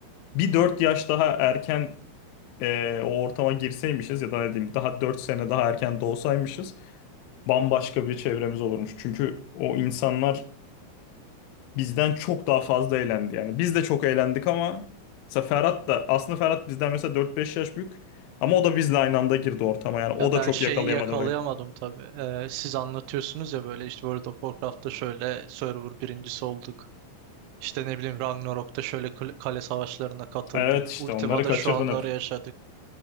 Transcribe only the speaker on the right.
Ya
ben
şeyi
yakalayamadım
tabii. Ee, siz anlatıyorsunuz ya böyle işte World of Warcraft'ta şöyle server birincisi olduk. İşte ne bileyim Ragnarok'ta şöyle kl- kale savaşlarına katıldık.
Ultima'da
şu anları
yaşadık.